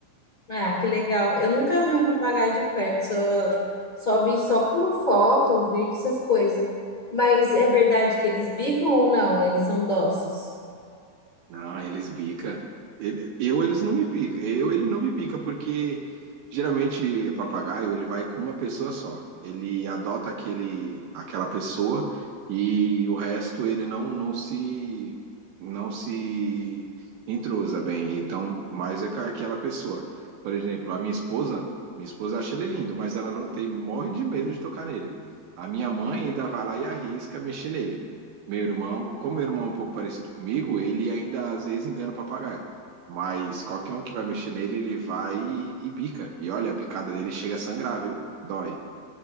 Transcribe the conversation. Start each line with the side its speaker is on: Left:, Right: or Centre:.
Left: Ah, que legal. Eu nunca vi um papagaio de perto, só, só vi só por foto, vídeo, essas coisas. Mas é verdade que eles bicam ou não? Eles são dóceis.
Right: Não, eles bica. Ele- eu eles não me pica. Eu ele não me pica porque geralmente papagaio ele vai com uma pessoa só. Ele adota aquele aquela pessoa e o resto ele não não se não se entrosa bem. Então, mais é com aquela pessoa. Por exemplo, a minha esposa, minha esposa acha ele lindo, mas ela não, tem morre de medo de tocar nele. A minha mãe ainda vai lá e arrisca mexer nele. Meu irmão, como meu irmão é um pouco parecido comigo, ele ainda às vezes engana o papagaio. Mas qualquer um que vai mexer nele, ele vai e, e bica. E olha, a picada dele chega a sangrar, viu? Dói.